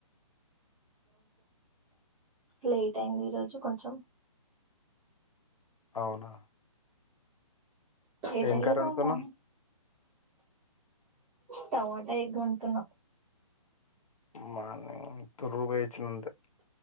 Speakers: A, in the centre; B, on the left.
A: లేట్ అయింది ఈరోజు కొంచెం
B: అవునా
A: ఏట
B: ఏం
A: లే
B: కర్రీ
A: ను
B: వండుతున్నావ్
A: మని టమాటా ఎగ వంటతున్నా
B: మానింగ్ తొర రూపాయయి వచ్చినంతే